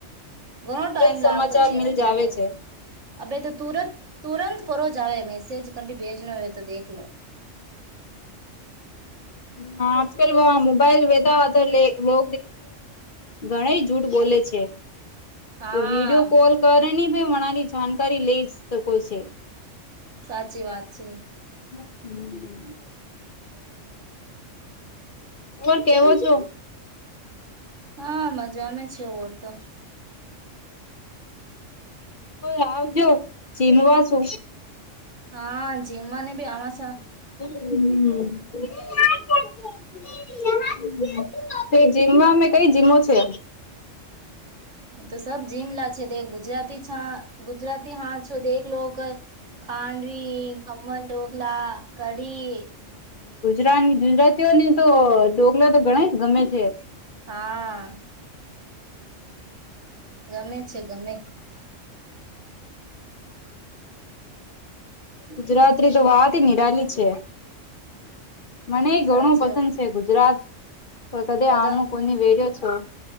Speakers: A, on the right; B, on the left.
A: ઘણો ટાઈમ
B: તુરંત સમાચાર
A: લાગતો છેવ
B: મિલ જાવે
A: તો
B: છે
A: આભતો તુર તુરત પરોજ આવે મેસેજ ક ભેજ ન આવે તો દલો
B: હ આજ કલ મોબાઈલ બેેધા આ હતા દે લો ઘણ જૂઠ બોલે છે.
A: હા
B: તો વિડીયો કોલ કરે ભ ની જાણકારી લઈ શકો છે.
A: સાચી વાત છે.
B: <unintelligible> ઓર કેવો છો
A: હા મજામાં છે ઓર તો
B: આવજો જીમવા છો
A: હા જીમવાને બી આમાંસા
B: <unintelligible> જીમમાં અમે કઈ જીમો છે.
A: એ તો સબ જીમલા છે ગુજરાતી છા ગુજરાતી હા છો દેલો ખાંડવી ખ્મન ઢોકલા કડી
B: ગુજરા ગુજરાતીઓને તો ડોકલા તો ગણ જ ગમે છે.
A: હા ગમે છે ગમે
B: ગુજરાત તો વાતી નીરાલી છે મને ઘણું
A: સાચી
B: પસંદ
A: વાત
B: છે ગુજરાત પણ કદી
A: પધા
B: આમણું કોની વેર્યો છે